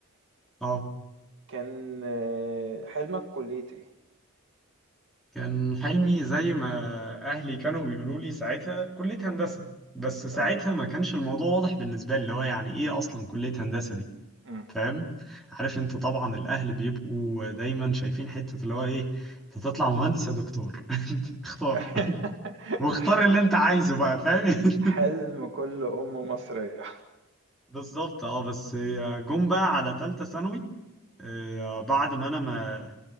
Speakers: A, in the centre; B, on the right (about 55°).
A: اه
B: كان آه، حلمك كلية ايه
A: كان حلمي زي ما أهلي كانوا بيقولوا لي ساعتها كلية هندسة بس ساعتها
B: اه
A: ما كانش الموضوع واضح بالنسبة لي اللي هو يعني إيه أصلا كلية هندسة دي
B: مم.
A: فاهم؟ عارف أنت طبعا الأهل بيبقوا دايما شايفين حتة اللي هو إيه أنت تطلع مهندس يا دكتور <laughs> اختار
B: <laughs>
A: واختار اللي انت عايزه بقى فاهم <laughs>
B: حلم كل ام مصرية
A: بالظبط اه بس جم بقى على تالتة ثانوي آه، بعد ما انا ما